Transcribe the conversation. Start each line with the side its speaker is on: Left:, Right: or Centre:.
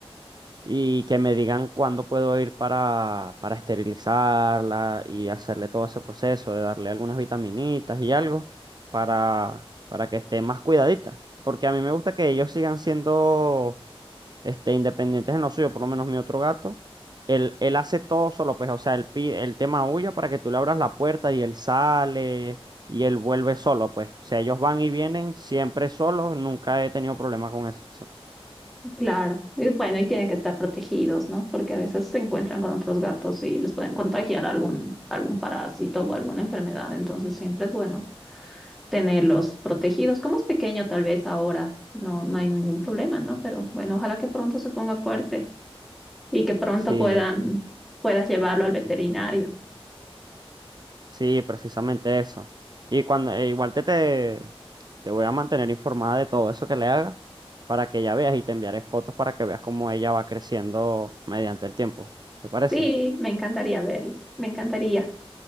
Right: y que me digan cuándo puedo ir para, para esterilizarla y hacerle todo ese proceso de darle algunas vitaminitas y algo para, para que esté más cuidadita. Porque a mí me gusta que ellos sigan siendo este, independientes en lo suyo, por lo menos mi otro gato. Él, él hace todo solo, pues, o sea, él, pi- él te maulla para que tú le abras la puerta y él sale y él vuelve solo, pues. O sea, ellos van y vienen siempre solos, nunca he tenido problema con eso.
Centre: Claro. Y bueno, y tienen que estar protegidos, ¿no? Porque a veces se encuentran con otros gatos y les pueden contagiar algún, algún parásito o alguna enfermedad. Entonces siempre es bueno tenerlos protegidos. Como es pequeño, tal vez ahora no, no hay ningún problema, ¿no? Pero bueno, ojalá que pronto se ponga fuerte y que pronto
Right: Sí,
Centre: puedan, puedas llevarlo al veterinario.
Right: Sí, precisamente eso. Y cuando e igual te, te te voy a mantener informada de todo eso que le haga para que ya veas y te enviaré fotos para que veas cómo ella va creciendo mediante el tiempo. ¿Te parece?
Centre: Sí, me encantaría verlo. Me encantaría.